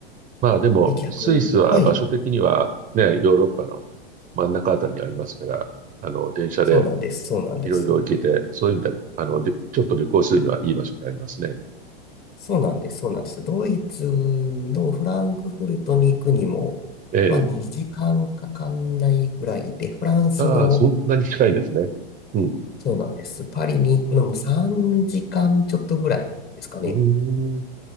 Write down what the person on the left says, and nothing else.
え、逆に、
はい、
そうなんです、そうなんです。
そうなんです、そうなんです。ドイツのフランクフルトに行くにも、
まあ2時間かかんないぐらいで、フランスの
そうなんです。パリに行くのも3時間ちょっとぐらいですかね。